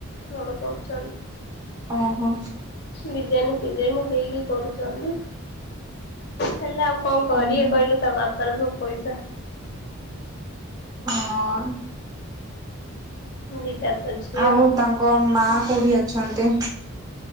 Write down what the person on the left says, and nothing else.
କରୁ ବହୁତ
ଡୀ ଜାନ ବିରିଣୀ ଦେଇକି କରୁଛନ୍ତି। ହେଲା ଆଉ କଣ କରେ
କହିଲୁ ତା ବାପା ତାର ସବୁ ପଇସା।
ଦିଟା। ତ ଝିଅ